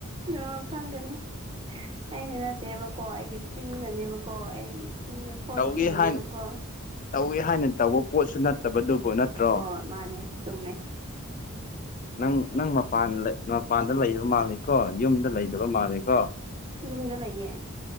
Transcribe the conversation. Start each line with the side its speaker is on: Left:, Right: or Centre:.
Right: ꯑꯣ ꯈꯪꯒꯅꯤ ꯑꯩꯗꯤ ꯅꯠꯇꯦꯕꯀꯣ ꯑꯩꯒꯤ ꯄꯤꯡꯟꯅꯅꯦꯕ ꯀꯣ ꯑꯩꯒꯤ ꯏꯆꯅ ꯁꯣꯏꯈꯤꯕꯅꯦꯕꯀꯣ
Left: ꯇꯧꯒꯦ ꯍꯥꯏꯅ ꯇꯧꯒꯦ ꯍꯥꯏꯅ ꯇꯧꯕ ꯄꯣꯠꯁꯨ ꯅꯠꯇꯕꯗꯨꯕꯨ ꯅꯠꯇ꯭ꯔꯣ
Right: ꯍꯣꯏ ꯃꯥꯅꯦ ꯆꯨꯝꯃꯦ
Left: ꯅꯪ ꯅꯪ ꯃꯄꯥꯟ ꯃꯄꯥꯟꯗ ꯂꯩꯕ ꯃꯥꯜꯂꯦꯀꯣ ꯌꯨꯝꯗ ꯂꯩꯗꯕ ꯃꯥꯜꯂꯦꯀꯣ
Right: ꯌꯨꯝꯗ ꯂꯩꯌꯦ